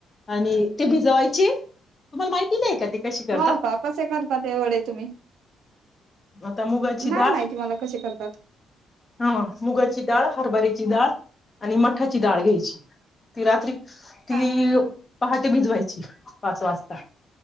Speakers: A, on the left; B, on the right.
A: आणि ती ती भिजवायची, तुम्हाला माहित नाही का? कशी करतात
B: हा का कसे करतात हे वडे तुम्ही
A: आता मुगाची
B: नाय
A: डाळ
B: माहिती मला कसे करतात.
A: हा मग मुगाची डाळ हरभऱ्याची डाळ आणि मठाची दाळ घ्यायची ती रात्री तीव
B: हा
A: भात ते भिजवायची पाच वाजता